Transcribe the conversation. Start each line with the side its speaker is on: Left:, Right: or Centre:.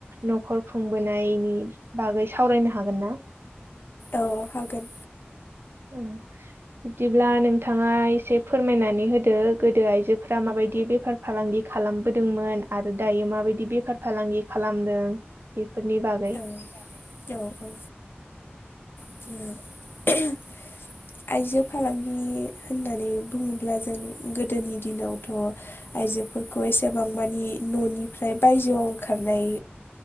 Right: नखर खुंबोनायनि बागै सावरायनो हागोन ना?
Left: औ हागोन।
Right: उम बिदिब्ला नोंथाङा एसे फोरमायनानै होदो गोदो आइजोफोरा माबायदि बेफार फालांगि खालामबोदोंमोन आरो दायो माबायदि बेफार फालांगि खालामदों बेफोरनि बागै
Left: <unintelligible> औ औ <unintelligible> आइजो फालांगि होननानै बुङोब्ला जों गोदोनि दिनावथ' आइजोफोरखौ एसेबां मानि ननिफ्राय बायजोआव ओंखारनाय